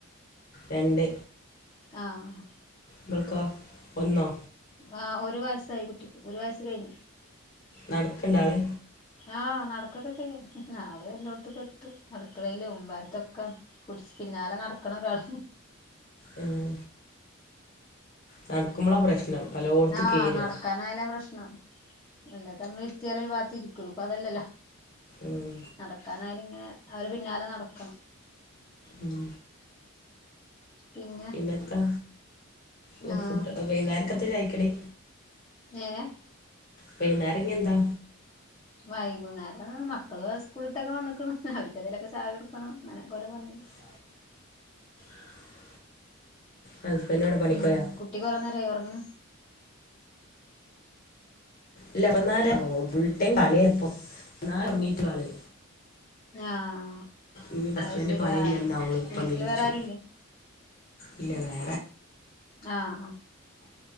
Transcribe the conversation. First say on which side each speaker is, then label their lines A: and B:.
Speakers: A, on the left; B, on the left.
A: രണ്ട്.
B: ആ.
A: ഇവൾക്കോ ഒന്നോ.
B: ആ ഒരു വയസ്സായി കുട്ടിക്ക് ഒരു വയസ് കഴിഞ്ഞു.
A: നടക്ക് ഉണ്ടോ ആള്.
B: ആ നടക്കൊക്കെ ചെയ്യും ആള് എല്ലോട്ത്തുക്കെത്തും നട അടക്കളെലും ഉമ്പാരത്തൊക്കെ പുടിച്ച് പിന്നാലെ നടക്കണം ഒരാൾ.
A: ഏഹ്. നടക്കുമ്പോളാ പ്രശ്നം. പലോടത്ത്
B: ആ
A: കേറും
B: നടക്കാനായാലാ പ്രശ്നം അല്ലാതെ നമ്മളിരുത്തിയാല് ഒരു ഭാഗത്ത് ഇരികൊള്ളു ഇപ്പൊ അതല്ലല്ലോ.
A: ഉം
B: നടക്കാനായാല് ഇങ്ങനെ അവര് പിന്നാലെ നടക്കണം.
A: ഉം.
B: പിന്നെ
A: പിന്നെത്താ ഓ
B: ആഹ്
A: ഫുഡ് വൈന്നേരത്ത് എന്താ ചായക്കടി.
B: ഏയ്.
A: വൈന്നേരം ഇനിയെന്താ?
B: വൈകുന്നേരം മക്കള് സ്കൂളിട്ടൊക്കെ വന്ന്ക്ക്ണ് അവർക്ക് എന്തേലൊക്കെ ചായ കൊടുക്കണം അങ്ങനെക്കെ ഓരോ പണികള്.
A: <inaudible> ഹസ്ബൻഡ് ഇവിടെ പണിക്കോയാ
B: ഉം കുട്ടി കൊറേ നേരായോ ഒറ ഉം.
A: ഇല്ല ഇപ്പന്നേരെ ഫുൾ ടൈം കളിയ ഇപ്പൊ ഇപ്പന്നാരെ ഒറങ്ങീട്ടൊള്ളു ആള്.
B: ആഹ്.
A: ഇനി ഹസ്ബൻഡ്‌
B: അത് ശരി
A: പണി കഴിഞ്ഞ്
B: ആഹ്
A: വന്നാ ഓള് ഇപ്പ
B: വീട്ടില്
A: നീച്ചു
B: വേറെ ആരുല്ലേ
A: ഇല്ല വേ
B: ആഹ് ആഹ്